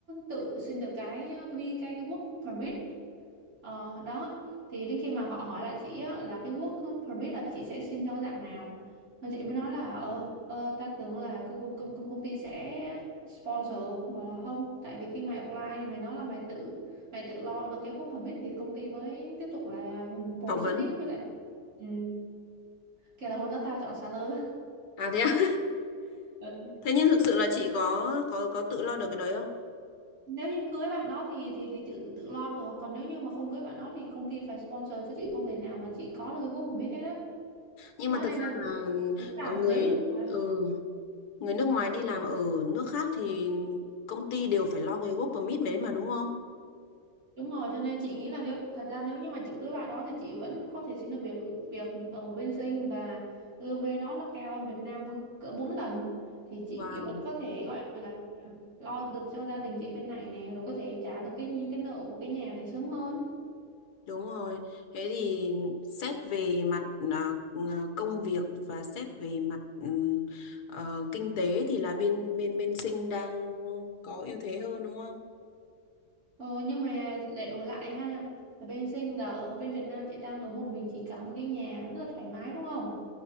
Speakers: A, on the right; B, on the left.
A: tự xin được cái cái cái cái work permit Ờ, đó thì đến khi mà họ hỏi lại chị á, là cái work permit là chị sẽ xin theo dạng nào Nên chị mới nói là ờ, ờ ta tưởng là công, công, công, công công ty sẽ sponsor bảo là không tại vì khi mày apply thì mày nói là mày tự mày tự lo được cái work permit thì công ty mới tiếp tục là proceed
B: phỏng vấn
A: tiếp với lại ừ, kể là hôm đó tao chọn salary
B: à thế à? <laughs>
A: Ừ.
B: thế nhưng thực sự là chị có có có tự lo được cái đấy không
A: nếu như cưới bạn đó thì thì thì tự tự lo được còn nếu như mà không cưới bạn đó thì công ty phải sponsor chứ chị không thể nào mà chị có được cái work permit hết á
B: nhưng
A: đó
B: mà thật
A: nên
B: ra
A: là
B: là
A: chị nghĩ là
B: ờ, người
A: nếu như mà
B: ừ Người nước ngoài đi làm ở nước khác thì công ty đều phải lo cái work permit đấy mà đúng không?
A: Đúng rồi, cho nên chị nghĩ là nếu thật ra nếu như mà chị cưới bạn đó thì chị vẫn có thể xin được việc việc ở bên Sinh và lương bên đó nó cao hơn Việt Nam vâng, cỡ 4 lần thì chị
B: Wow,
A: vẫn có thể gọi là lo được cho gia đình chị bên này này rồi có thể trả được cái nhi- cái nợ của cái nhà này sớm hơn.
B: đúng rồi. Thế thì xét về mặt à, à, công việc và xét về mặt ừm, ờ, kinh tế thì là bên bên bên Sinh đang có ưu thế hơn đúng không?
A: Ờ, nhưng mà lại đổi lại ha, là bên Sinh là ở bên Việt Nam chị đang ở một mình chị cả một cái nhà rất là thoải mái đúng không?